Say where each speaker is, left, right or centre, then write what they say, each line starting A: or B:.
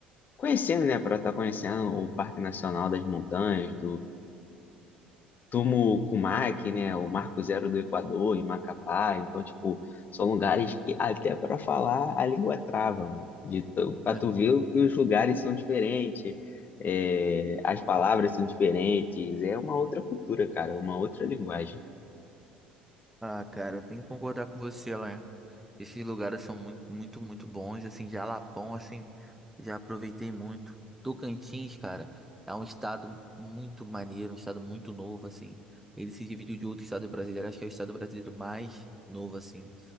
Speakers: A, on the left; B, in the centre.
A: conhecendo, né? Pra tá conhecendo o Parque Nacional das Montanhas, do. Tumo Cumac, né? O Marco Zero do Equador, em Macapá. Então, tipo, são lugares que até para falar a língua trava, mano. De, tão- pra
B: Né?
A: tu ver o que os lugares são diferentes, é, as palavras são diferentes. É uma outra cultura, cara, é uma outra linguagem.
B: Ah, cara, eu tenho que concordar com você, lá. Esses lugares são muito, muito, muito bons, assim, Jalapão, assim, já aproveitei muito. Tocantins, cara, é um estado muito maneiro, um estado muito novo, assim. Ele se dividiu de outro estado brasileiro, acho que é o estado brasileiro mais novo, assim.